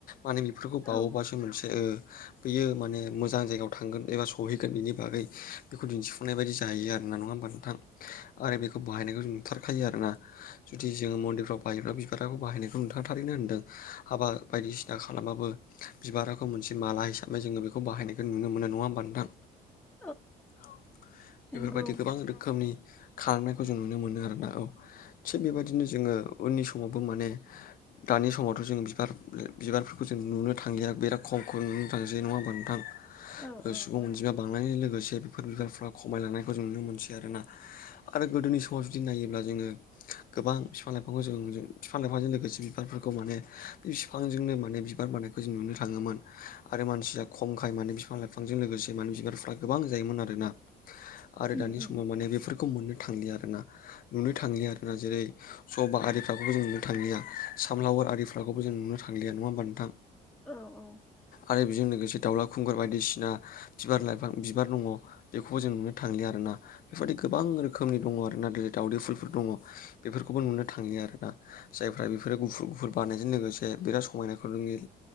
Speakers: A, on the left (about 55°); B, in the centre.
A: माने बेफोरखौ
B: औ
A: बावोबासो मोनसे बेैयो माने मोजां जायगायाव थांगोन एबा सहैगोन बिनि बागै बेखौ दिन्थिफुंनाय बायदि जाहैयो आरो ना नङा होमबा नोंथां आरो बेखौ बाहायनायखौ जों नुथारखायो आरोना जुदि जोङो मन्दिरफ्राव बाहायोब्ला बिबार खौ बाहायनायखौ नोंथाङा थारैनो होनदों हाबा बायदिसिना खालामाबो बिबाराखौ मोनसे माला हिसाबै <unintelligible> जोङो बेखौ बाहायखो नुनो मोनो नङा होमबा नोंथां
B: <inaudible>
A: औ
B: नंगौ
A: बेफोरबायदि गोबां रोखोमनि खालामनायखौ जों नुनो मोनो आरोना औ थिग बेबायदिनो जोङो उननि समावबो माने दानि समावथ' जों बिबार बिबारफोरखौ जों नुनो थांलिया बिराद खमखौ नुनो थांसै नङा होमबा नोंथां
B: औ औ
A: सुबुं
B: औ
A: अनजिमाया बांनायनि लोगोसे बेफोर बिबारफ्रा खमायलांनायखौ जों नुनो मोनसै आरो ना आरो गोदोनि समाव जुदि नायोब्ला जोङो गोबां बिफां लाइफांखौ जों फिफां लाइफांजों लोगोसे बिबारफोरखौ माने बे फिफांजोंनो माने बिबार बानायखौ जों नुनो थाङोमोन आरो मानसिया खमखाय माने बिफां लाइफांजों लोगोसे माने बिबारफ्रा गोबां जायोमोन आरोना
B: <inaudible>
A: आरो दानि समाव
B: उम
A: माने बेफोर मोननो थांया आरो ना नुनो थांलि आरोना जेरै जबा आरि <unintelligible> जों नुनो थांलिया सामलावार आरि फुलाखौबो जों नुनो थांलि नङा होमबा नोंथां
B: औ औ
A: आरो बेजों लोगोसे दावला खुंगुर बायदिसिना बिबार लाइफां बिबार दङ बेखौबो जों नुनो थांलिया आरो ना बेफोरबायदि गोबां रोखोमनि दङ आरो ना जरै दावदै फुलफोर दङ बेफोरखौबो नुनो थांलि आरो ना जायफ्रा बेफोरो गुफुर गुफुर बारनायजों लोगोसे बिराद समायनाखौनो नुयो